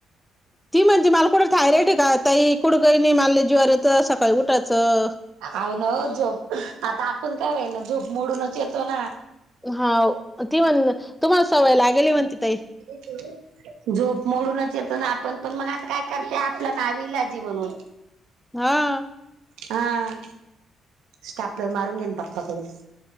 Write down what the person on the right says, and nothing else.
अव न झोप आता आपण काय हो ना झोप मोडूनच येतो ना
हो झोप मोडूनच येतो ना आपण पण मग आता काय करते आपलं नावीलाजी म्हणून
हह स्टॅपलर मारूंगे पपा कड